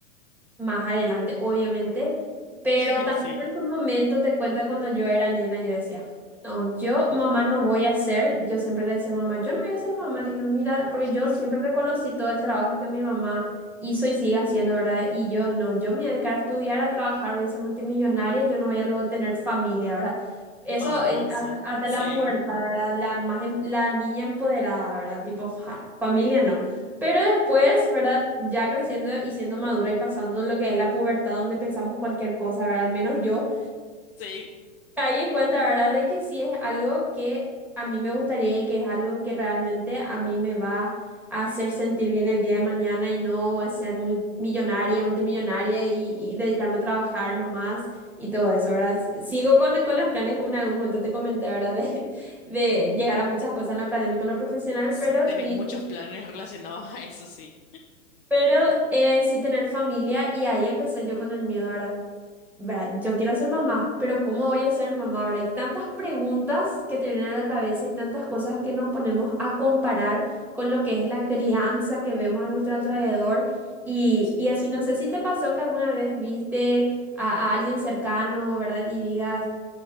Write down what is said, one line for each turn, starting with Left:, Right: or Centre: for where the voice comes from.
Centre: más adelante, obviamente, pero
Left: <laughs>
Centre: también
Left: Sí.
Centre: en su momento te cuento que cuando yo era nena, yo decía, no, yo mamá no voy a ser, yo siempre le decía a mamá, yo no voy a ser mamá, le digo, mira, porque
Left: <laughs>
Centre: yo siempre reconocí todo el trabajo que mi mamá hizo y sigue haciendo, ¿verdad? Y yo no, yo me voy a dedicar a estudiar, a trabajar, voy a ser multimillonaria, yo no voy a luego tener familia, ¿verdad? Eso
Left: Famoso.
Centre: eh, hasta, hasta
Left: Sí,
Centre: la pubertad, ¿verdad? La, más, em- la niña empoderada, ¿verdad? Tipo, ja, familia no. Pero después, ¿verdad? Ya creciendo y siendo madura y pasando lo que es la pubertad, donde pensamos cualquier cosa, ¿verdad? Al menos yo
Left: sí.
Centre: caí en cuenta, ¿verdad? De que sí es algo que a mí me gustaría y que es algo que realmente a mí me va a hacer sentir bien el día de mañana y no a ser muy millonaria, multimillonaria y, y dedicarme a trabajar nomás y todo eso, ¿verdad? S- Sigo con, con los planes, como en algún momento te comenté, ¿verdad? <laughs> De, de llegar a muchas cosas en lo académico, en lo profesional,
Left: Sí,
Centre: pero
Left: tenés
Centre: sí.
Left: muchos planes <laughs> relacionados a eso, sí.
Centre: Pero eh, sí tener familia y ahí empecé yo con el miedo, ¿verdad? ¿Verdad? Yo quiero ser mamá, pero ¿cómo voy a ser mamá? ¿Verdad? Hay tantas preguntas que te vienen a la cabeza y tantas cosas que nos ponemos a comparar con lo que es la crianza que vemos a nuestro alrededor. Y,
Left: Sí.
Centre: y así, no sé si te pasó que alguna vez viste a, a alguien cercano, ¿verdad? Y digas,